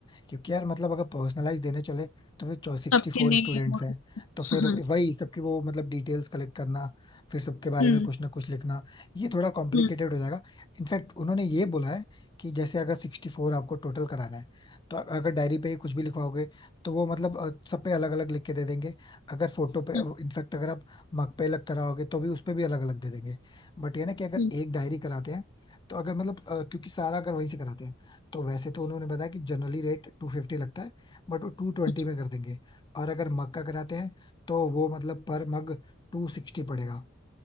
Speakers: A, on the left (about 20°); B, on the left (about 80°).
A: क्योंकि यार मतलब अगर पर्सनलाइज देने चले तो फिर सिक्सटी
B: सबके
A: फोर
B: नेम
A: स्टूडेंट्स
B: और
A: हैं तो फिर
B: हाँ
A: वही सबकी वो मतलब डिटेल्स कलेक्ट करना फिर सबके बारे
B: हम्म
A: में कुछ ना कुछ लिखना ये थोड़ा कॉम्प्लिकेटेड
B: हम्म
A: हो जाएगा इनफैक्ट उन्होंने ये बोला है कि जैसे अगर सिक्सटी फोर आपको टोटल कराना है तो अ- अगर डायरी पे ही कुछ भी लिखवाओगे तो वो मतलब अ, सब पे अलग अलग लिख के दे देंगे अगर फोटो पे
B: हम्म
A: इनफैक्ट अगर आप मग पे अलग कराओगे तो भी उस पे भी अलग अलग दे देंगे बट ये ना कि अगर
B: हम्म,
A: एक डायरी कराते हैं तो अगर मतलब अ, क्योंकि सारा अगर वहीं से कराते हैं तो वैसे तो उन्होंने बताया कि जनरली रेट टू फिफ्टी लगता है बट वो टू ट्वेंटी
B: अच्छा
A: में कर देंगे और अगर मग का कराते हैं तो वो मतलब पर मग टू सिक्सटी पड़ेगा